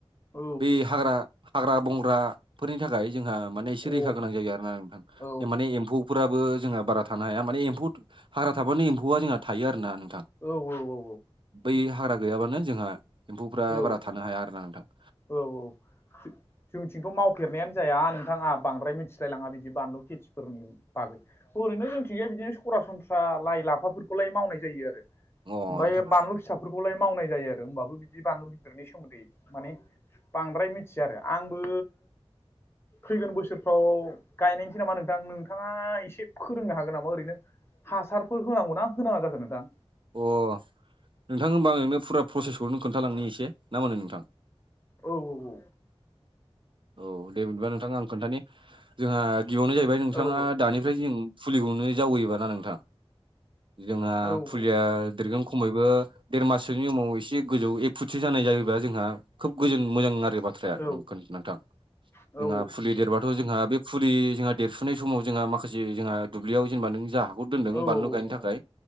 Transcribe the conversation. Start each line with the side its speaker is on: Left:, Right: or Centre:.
Left: औ
Right: बे हाग्रा हाग्रा बंग्राफोरनि थाखाय जोंहा माने एसे
Left: अ औ
Right: रैखा गोनां जायो आरोना नोंथां
Left: औ
Right: माने एम्फौफोराबो जोंहा बारा थानो हाया मानि एम्फौ हाग्रा थाबानो एम्फौआ जोंहा थायो आरो ना नोंथां
Left: औ औ
Right: बै हाग्रा गैयाबानो जोंहा एम्फौफ्रा
Left: औ
Right: बारा थानो हाया आरो ना नोंथां
Left: औ औ जोंनिथिंथ' मावफेरनायानो जाया नोंथाङा बांद्राय मिथिलायलाङा बिदि बानलु खेथिफोरनि बागै ओरैनो जों थिं गै बिदिनो सरासनस्रा लाइ लाफाफोरखौलाय मावनाय जायो आरो
Right: अ
Left: ओमफाय
Right: नोंथां
Left: बानलु फिसाफोरखौलाय मावनाय जायो आरो होमबाबो बिदि बानलु गिदिरनि सोमोन्दै माने बांद्राय मिथिया आरो आंबो फैगोन बोसोर बोसोरफ्राव गायनायनोसै नामा नोंथां नोंथांआ एसे फोरोंनो हागोन नामा ओरैनो हासारफोर होनांगौ ना होनांआ जाखो नोंथां
Right: अ नोंथां होनबा आं नोंनो फुरा प्रसेसखौनो खोन्थालांनो एसे ना मा होनो नोंथां
Left: औ औ औ
Right: औ दे बिदिबा नोंथाङा आं खोन्थानि जोंहा गिबियावनो जाहैबाय नोंथाङा
Left: औ
Right: दानिफ्राय जों फुलिखौनो जावैयोबा ना नोंथां जोंहा
Left: औ
Right: फुलिया
Left: औ
Right: देरगोन खमैबो देर माससोनि उमाव एसे गोजौ एक फुटसो जानाय जायोबा जोंहा खोब गोजोन मोजां आरो बा <unintelligible> नोंथां
Left: औ औ
Right: जोंहा फुलि देरबाथ' जोंहा बे फुरि जोंहा देरफुनाय समाव जोंहा माखासे जोंहा दुब्लियाव जेनेबा नों जा खौ दोन्दों
Left: औ
Right: बानलु
Left: औ
Right: गायनो
Left: नंगौ
Right: थाखाय